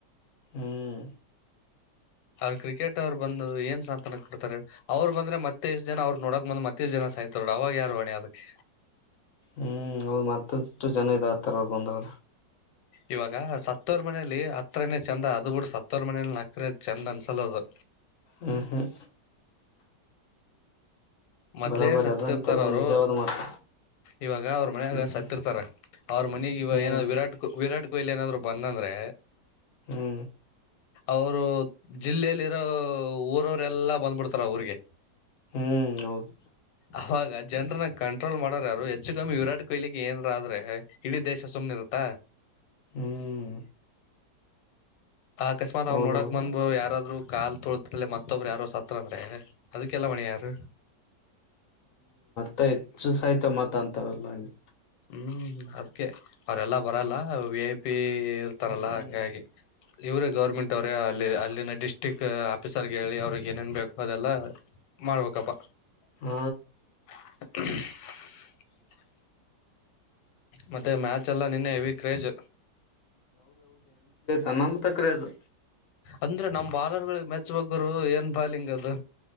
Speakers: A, on the left; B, on the left.
A: ಹ್ಮ್
B: ಅವ್ರ ಕ್ರಿಕೆಟ್ ಅವ್ರು ಬಂದು ಏನ್ ಸಾಂತ್ವನ ಕೊಡ್ತಾರ್ ಹೇಳ್ ಅವ್ರು ಬಂದ್ರೆ ಮತ್ತೆ ಇಷ್ಟ ಜನ ಅವ್ರ ನೋಡಕ್ ಬಂದ ಮತ್ ಇತ್ತೀ ಜನ ಸಾಯ್ತೋಡ್ ಅವಾಗ್ ಯಾರ್ ಹೊಣೆ ಅದಕ್ಕೆ.
A: ಹ್ಮ್ ಹೌದ್ ಮತ್ತಷ್ಟು ಜನ ಇದ್ ಆತ್ತರವ್ರು ಬಂದಾಗ.
B: ಇವಾಗ ಸತ್ತವ್ರ್ ಮನೆಲಿ ಹತ್ರೆನೇ ಚಂದ ಅದು ಬಿಡು ಸತ್ತವ್ರ್ ಮನೆಲ್ಲಿ ನಕ್ರ ಚಂದ ಅನ್ಸಲದು.
A: ಹ್ಮ್ ಹ್ಮ್
B: ಮೊದ್ಲೇ
A: ಬರಾಬರಿ
B: ಸತ್ತಿರ್ತಾರ
A: ಅದ ಅಂತೆಲ್ಲ
B: ಅವ್ರು
A: ನಿಜವಾದ ಮಾತು
B: ಇವಾಗ ಅವ್ರ್ ಮನ್ಯಗ
A: ಹ್ಮ್
B: ಸತ್ತಿರ್ತಾರ ಅವ್ರ್ ಮನಿಗ್ ಇವಾಗ್
A: ಹ್ಮ್
B: ಏನಾದ್ ವಿರಾಟ್ ವಿರಾಟ್ <unintelligible> ಏನಾದ್ರು ಬಂದಂದ್ರೆ
A: ಹ್ಮ್
B: ಅವ್ರು ಜಿಲ್ಲೆಲ್ ಇರೋ ಊರವ್ರೆಲ್ಲಾ ಬಂದ್ಬುಡ್ತಾರ್ ಅ ಊರಿಗೆ.
A: ಹ್ಮ್ ಹೌದು
B: ಅವಾಗ ಜನ್ರನ್ನ ಕಂಟ್ರೋಲ್ ಮಾಡೋರ್ ಯಾರು ಹೆಚ್ಚು ಕಮ್ಮಿ ವಿರಾಟ್ ಕೊಹ್ಲಿಗೆ ಏನ್ರ ಆದ್ರೆ ಇಡೀ ದೇಶ ಸುಮ್ನೆ ಇರುತ್ತ.
A: ಹ್ಮ್
B: ಆ ಅಕಸ್ಮಾತ್
A: ಹೌದೌದು
B: ಅವ್ ನೋಡಕ್ ಬಂದು ಯಾರಾದ್ರು ಕಾಲ್ ತುಳತೆ ಮತೋಬ್ರ್ ಯಾರ ಸತ್ರ ಅಂದ್ರೆ ಅದಕ್ಕೆಲ್ಲ ಹೊಣೆ ಯಾರು.
A: ತ ಹೆಚ್ಚು ಸಾಯ್ತ ಮತ್ ಅಂತೊರ್ ಎಲ್ಲ ಹಂಗೆ.
B: ಹ್ಮ್ ಅದ್ಕೆ ಅವ್ರೆಲ್ಲ ಬರಲ್ಲ ವಿ ಐ ಪಿ. ಇ ಇರ್ತಾರಲ್ಲಾ
A: ಹ್ಮ್
B: ಹಂಗಾಗಿ. ಇವ್ರೇ ಗೌರ್ಮೆಂಟ್ ಅವ್ರೇ ಅಲ್ಲಿ ಅಲ್ಲಿನ ಡಿಸ್ಟ್ರಿಕ್ ಆಫೀಸರ್ಗೆ ಹೇಳಿ ಅವ್ರಿಗೆ ಏನೇನ್ ಬೇಕು ಅದೆಲ್ಲ ಮಾಡ್ಬೇಕಪ್ಪ.
A: ಹ್ಮ
B: <unintelligible> ಮತ್ತೆ ಮ್ಯಾಚ್ ಎಲ್ಲ ನಿನ್ನೆ ಹೆವಿ ಕ್ರೇಜ್.
A: ನನ್ ಅಮ್ ತಕ್ ಕ್ರೇಜು.
B: ಅಂದ್ರೆ ನಮ ಬಾಲರ್ಗಳಿಹ್ ಮೆಚ್ಬೇಕ್ ಗುರು ಏನ್ ಬಾಲಿಂಗ್ ಅದು.